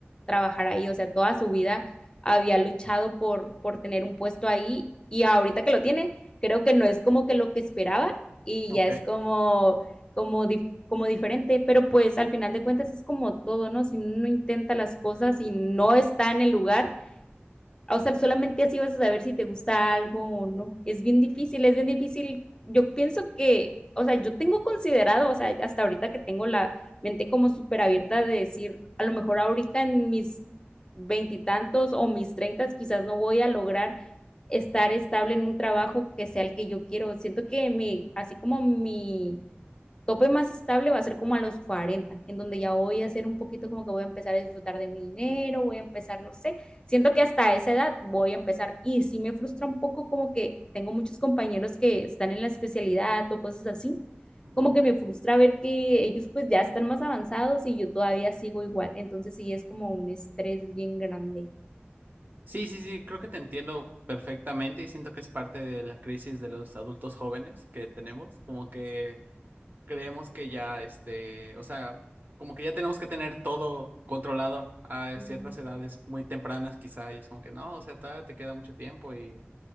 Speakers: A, on the left; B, on the right.
A: trabajar ahí, o sea, toda su vida había luchado por, por tener un puesto ahí y ahorita que lo tiene, creo que no es como que lo que esperaba y
B: ok.
A: ya es como, como, dif- como diferente, pero pues al final de cuentas es como todo, ¿no? Si uno intenta las cosas y no está en el lugar o sea, solamente así vas a saber si te gusta algo o no. Es bien difícil, es bien difícil. Yo pienso que, o sea, yo tengo considerado, o sea, hasta ahorita que tengo la mente como súper abierta de decir, a lo mejor ahorita en mis veintitantos o mis treintas, quizás no voy a lograr estar estable en un trabajo que sea el que yo quiero. Siento que mi, así como mi tope más estable va a ser como a los 40 en donde ya voy a ser un poquito como que voy a empezar a disfrutar de mi dinero, voy a empezar, no sé, siento que hasta esa edad voy a empezar y sí me frustra un poco como que tengo muchos compañeros que están en la especialidad o cosas así,
B: ujú.
A: como que me frustra ver que ellos pues ya están más avanzados y yo todavía sigo igual, entonces sí es como un estrés bien grande.
B: Sí, sí, sí, creo que te entiendo perfectamente y siento que es parte de la crisis de los adultos jóvenes que tenemos, como que creemos que ya, este, o sea, como que ya tenemos que tener todo controlado a
A: Sí.
B: ciertas edades muy tempranas quizá y es como que no, o sea, todavía te queda mucho tiempo y